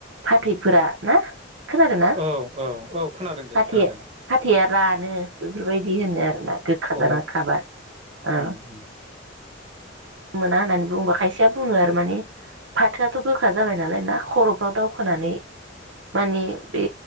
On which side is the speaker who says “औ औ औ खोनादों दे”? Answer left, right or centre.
Right